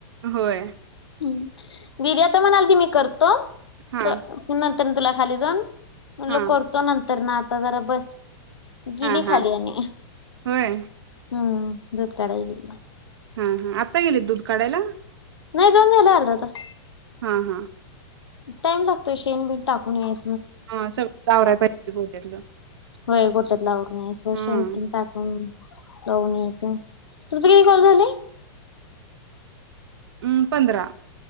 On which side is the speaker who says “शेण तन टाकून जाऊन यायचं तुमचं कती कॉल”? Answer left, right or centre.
Left